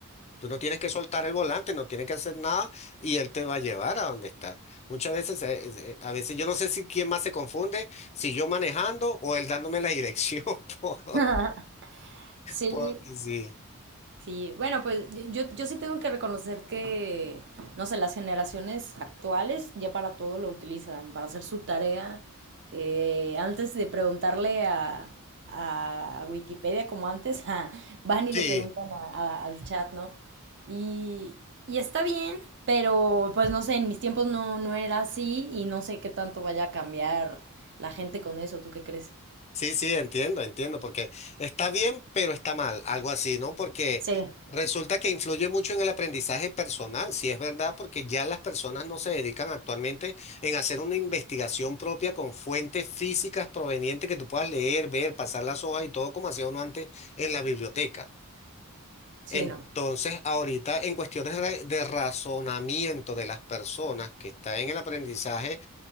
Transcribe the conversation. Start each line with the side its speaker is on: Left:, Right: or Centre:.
Left: Tú no tienes que soltar el volante, no tienes que hacer nada y él te va a llevar a donde está. Muchas veces, eh, es- eh, a veces yo no sé si quién más se confunde, si yo manejando o él dándome la dirección, <laughs> por-
Right: <laughs> Sí,
Left: porque sí.
Right: Sí, bueno, pues yo, yo sí tengo que reconocer que, no sé, las generaciones actuales ya para todo lo utilizan, para hacer su tarea. Eh, antes de preguntarle a, a Wikipedia como antes, <laughs> ah, van y
Left: Sí.
Right: le preguntan a- a- al chat, ¿no? Y, y está bien, pero pues no sé, en mis tiempos no, no era así y no sé qué tanto vaya a cambiar la gente con eso, ¿tú qué crees?
Left: Sí, sí, entiendo, entiendo, porque está bien, pero está mal, algo así, ¿no? Porque
Right: Sí,
Left: resulta que influye mucho en el aprendizaje personal, si es verdad, porque ya las personas no se dedican actualmente en hacer una investigación propia con fuentes físicas provenientes que tú puedas leer, ver, pasar las hojas y todo como hacía uno antes en la biblioteca.
Right: sí,
Left: Entonces,
Right: no.
Left: ahorita en cuestiones re- de razonamiento de las personas que están en el aprendizaje,